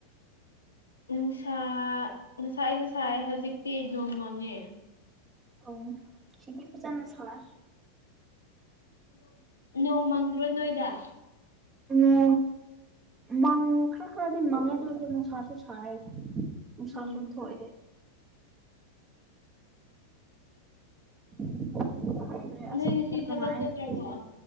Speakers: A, on the left; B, on the right.
A: ꯅꯨꯡꯁꯥ ꯉꯅꯨꯡꯁꯥ ꯑꯩꯗꯣ ꯁꯥꯏ ꯍꯧꯖꯤꯛꯇꯤ ꯅꯣꯡ ꯃꯥꯡꯉꯦ
B: ꯑꯣ ꯁꯤꯇ ꯄ ꯄꯨꯖꯥꯅ ꯁꯥꯂ
A: ꯅꯣꯡꯃꯪꯗ꯭ꯔꯣ ꯅꯣꯏꯗ
B: ꯑ ꯃꯪ ꯈꯔ ꯈꯔꯗꯤ ꯃꯪꯉꯦ ꯑꯗꯨꯁꯨ ꯅꯨꯡꯁꯥꯁꯨ ꯁꯥꯏ ꯅꯨꯡꯁꯥꯁꯨ
A: ꯎꯝ
B: ꯊꯣꯛꯑꯦ <inaudible> ꯭ꯗꯔꯦ ꯑꯁ
A: ꯅꯣꯏ ꯉꯁꯤ
B: ꯆꯅꯃꯅ
A: ꯊꯕꯛ ꯆꯠꯇ꯭ꯔꯕꯣ
B: ꯐꯁꯦ